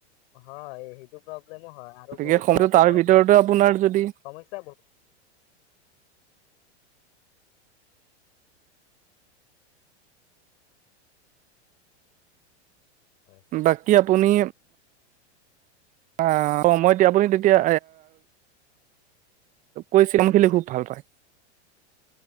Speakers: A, on the left; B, on the right.
A: হয়। টো প্ৰব্লেমো হয়, আৰু
B: গতিকে
A: বহুতো
B: সময়টো
A: আছে
B: তাৰ
A: প্ৰব্লেম
B: ভিতৰতে
A: সমস্যা
B: আপোনাৰ যদি
A: বহুত হয় হয়
B: বাকী আপুনি অ', অ', মই এতিয়া আপুনি তেতিয়া কৈ চম খেলি খুব ভাল পায়।